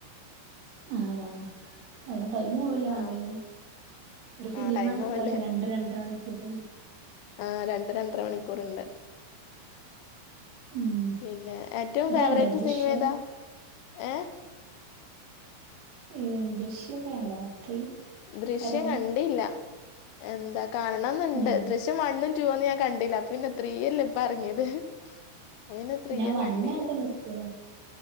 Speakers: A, on the right (about 75°); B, on the left (about 80°).
A: ആ അതാണ്. <unintelligible> ടൈം പോവല്ലേ വാണ്ടിത്
B: ആ
A: ഒരു ഫിലിം
B: ആ ടൈം
A: ആണ്ട്ട്ടാല്
B: പോവല്ലേ
A: രണ്ട് രണ്ടര മണികൂ. <unintelligible>
B: ആ രണ്ടര രണ്ടര മണിക്കൂറ്ണ്ട്.
A: ഉം.
B: പിന്നെ ഏറ്റവും
A: ഇത്
B: ഫേവറേറ്റ്
A: കണ്ടോ ദൃശ്യം?
B: സിനിമേതാ? ഏ.
A: ഏ ദൃശ്യൊക്കെണ്ടോ ത്രീ?
B: ദൃശ്യം
A: പറഞ്ഞ
B: കണ്ടില്ല എന്താ കാണണംന്ണ്ട്
A: ഞാൻ
B: ദൃശ്യം വണ്ണ് റ്റു ഒന്ന് ഞാൻ കണ്ടില്ല പിന്നെ ത്രീയല്ലേ ഇപ്പ എർങ്ങേത്. <unintelligible> പിന്നെ ത്രീയും
A: ഞാൻ വണ്ണ്
B: കണ്ടില്ലാ
A: കണ്ട് നിർത്തിയതാ.